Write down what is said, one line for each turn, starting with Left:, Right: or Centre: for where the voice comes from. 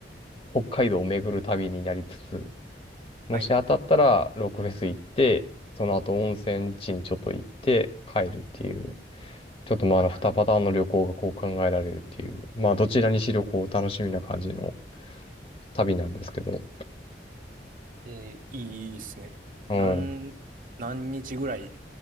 Left: う、北海道を巡る旅になりつつ、もし当たったら、
Right: はい。
Left: ロックフェス行って、その後温泉地にちょっと行って帰るっていう、
Right: はい、
Left: ちょっとまあ、
Right: はい。
Left: あの、2パターンの旅行がこう考えられるっていう、
Right: はい
Left: まあ、どちらにしろこう、楽しみな感じの、旅なんですけど。
Right: えー、いい、いいですね。何、
Left: うん。
Right: 何日ぐらい